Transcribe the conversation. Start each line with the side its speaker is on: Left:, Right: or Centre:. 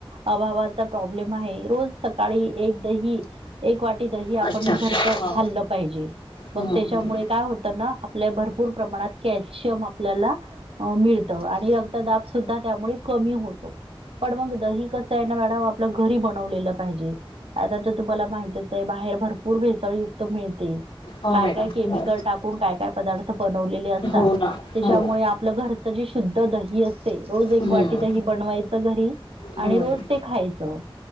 Right: अभावाचा प्रॉब्लेम आहे रोज सकाळी एक दही एक वाट दही
Left: अच्छा.
Right: आपण घरचं
Left: हा.
Right: खाल्लं पाहिजे मग
Left: हम्म.
Right: त्याच्यामुळे
Left: हम्म.
Right: काय होतं ना आपल्या भरपूर प्रमाणात कॅल्शियम आपल्याला मिळ आणि रक्तदाब सुद्धा त्यामुळे कमी होतो पण मग दही कसं आहे ना मॅडम आपलं घरी बनवलेलं पाहिजे आता तर तुम्हाला माहितच आहे बाहेर भरपूर भेसाळी युक्त मिळते
Left: हो
Right: काय
Left: मॅडम.
Right: काय केमिकल
Left: हो.
Right: टाकून काय काय पदार्थ बनवलेले असतात
Left: हो ना.
Right: त्याच्यामुळे
Left: हो.
Right: आपलं घर च जे शुद्ध दही असते, रोज एक
Left: हम्म.
Right: वाटी दही बनवायच घरी. आणि
Left: हम्म.
Right: रोज ते खायचं,